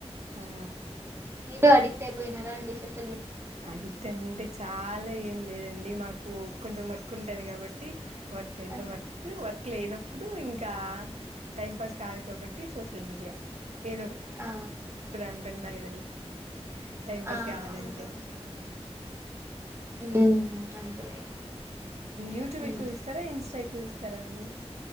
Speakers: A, on the right (about 75°); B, on the right (about 25°).
A: ఆ
B: మీతో అడిక్ట్ అయిపోయారా అండి సోష్
A: అడిక్ట్ అంటే చాలా ఏం లేద్ అండి మాకు కొంచెం వర్క్ ఉంటది కాబట్టి వర్క్ టైం
B: ఆ
A: లో వర్క్ వర్క్ లేనప్ ప్పుడు ఇంకా టైం పాస్ కాదు కాబట్టి సోషల్ మీడియా ఏదో
B: ఆ
A: దాన్ పని పనిగొని టైం పాస్
B: ఆ,
A: కావాలంటే
B: అవునవును ఉమ్, అంతేలే
A: యూట్యూబ్
B: ఉమ్.
A: ఎక్కువ చూస్తారా ఇన్స్టా ఎక్కువ చూస్తారా తర మీరు